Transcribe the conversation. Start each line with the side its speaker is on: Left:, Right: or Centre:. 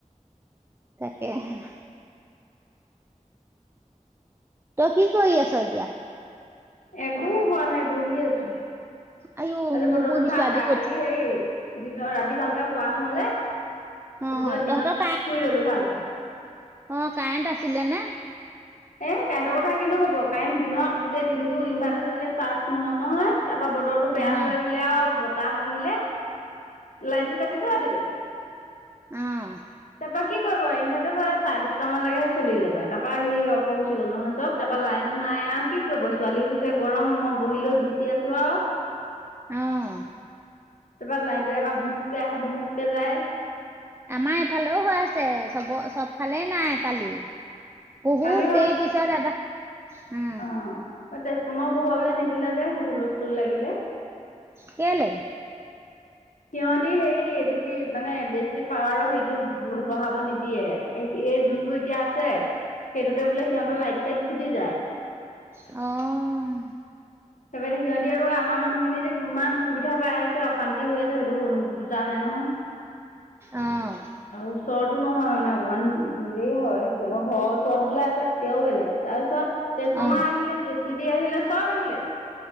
Right: তাকেহে <inaudible> তই কি কৰি আছ এতিয়া? <unintelligible>
Left: একো হোৱা নাই বহি আছো।
Right: আইও
Left: আজি
Right: ময়ো
Left: বতৰটো
Right: বহিছো
Left: ঠাণ্ডা
Right: আজি ক'ত
Left: কালি হেই <unintelligible> দিনৰ ৰাতি ভালকে শুৱা নহলে তাৰপিছত
Right: অ', তহঁতৰ
Left: দিনত শুই ললোঁ ভালকে। <unintelligible>
Right: অঁ! কাৰেণ্ট আছিলে নে? <unintelligible>
Left: এ কাৰেণ্টৰ কথা কিনো কব কাৰেণ্ট দিনত গোটেই দিনটো ইভাৰ্টাৰ চলিলে চাৰ্জ নহল নহয় তাৰপৰা ব <unintelligible> বতৰটো বেয়া
Right: অ',
Left: হৈ আহিলে আৰু বতাহ আহিলে লাইনটো কাটি থৈ দিলে। <inaudible>
Right: উম! <unintelligible>
Left: তাৰ পৰা কি কৰিব ইনভাৰ্টাৰ <unintelligible> হয় চাৰে দহটামান লেকেহে চলিলে বা তাৰপৰা হে <unintelligible> <inaudible> গুচি গ'ল নহয় চব তাৰপৰা লাইনো নাই আৰু কি কৰিব ছোৱালী উঠিছে গৰম মই বহি লৈ বিচি আছোঁ আৰু <unintelligible>
Right: উম! <unintelligible>
Left: তাৰপৰা লাইনটো এবাৰ ভুমুকে আহে ভুমুকে যায়। <inaudible>
Right: আমাৰ এইফালেও হৈ আছে চব চবফালে নাই কালি। <unintelligible> বহুত
Left: কালি হয়
Right: দেৰি পিছত এবাৰ উম <unintelligible>
Left: অঁ! তেজপুৰমাও বহুৱাবলে নিদিলে যে হূলস্থুল লাগিলে। <unintelligible>
Right: কেলে? <inaudible>
Left: সিহঁতি হেৰি এইটো কি মানে বেছি পাৱাৰৰ সেইটো বঢ়াব নিদিয়ে। <unintelligible> এই যোনটো এতিয়া আছে সেইটোতে বোলে সিহঁতেৰ লাইট-চাইট ফুটি যায়। <unintelligible>
Right: অঁ! <inaudible>
Left: তাৰপৰা সিহঁতি আকৌ আমাৰ মানুহখিনি যে কিমান অসুবিধা পাই আছে, অশান্তি হৈ আছে সেইটো বুজা নাই নহয়। <inaudible> <unintelligible>
Right: অঁ! <inaudible>
Left: আৰু ওচৰতো নহয় মানে অকমান দূৰে হয় কিয়নো ঘৰৰ ওচৰত বোলে আছে তেতিয়াও বেলেগ। <unintelligible> তাৰপিছত তেজপমা
Right: অ',
Left: আহিলে, জে চে বি আহিলে, চব আহিলে <inaudible>